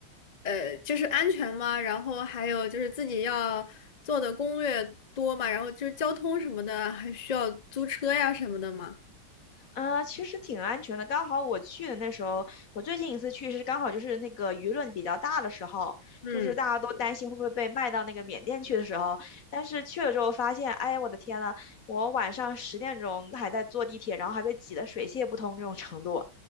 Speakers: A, on the left (about 80°); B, on the left (about 45°).
A: 呃，就是安全嘛，然后还有就是自己要做的攻略多嘛，然后就是交通什么的，还需要租车呀什么的嘛。
B: 啊，其实挺安全的。刚好我去的那时候，我最近一次去是刚好就是那个舆论比较大的时候，
A: 嗯，
B: 就是大家都担心会不会被卖到那个缅甸去的时候。但是去了之后发现，哎呀，我的天呐，我晚上十点钟还在坐地铁，然后还被挤得水泄不通这种程度。